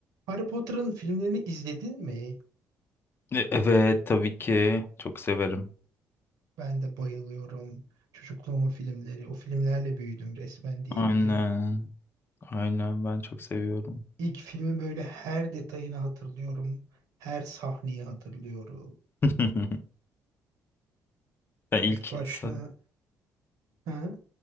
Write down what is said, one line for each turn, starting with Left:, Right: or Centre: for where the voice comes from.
Right: Harry Potter'ın filmlerini izledin mi?
Left: E- Evet tabii ki çok severim.
Right: Ben de bayılıyorum. Çocukluğumun filmleri. O filmlerle büyüdüm resmen diyebilirim.
Left: Aynen. Aynen ben çok seviyorum.
Right: İlk filmin böyle her detayını hatırlıyorum. Her sahneyi hatırlıyorum.
Left: <laughs> Ben ilk
Right: İlk başta
Left: sa-
Right: ha,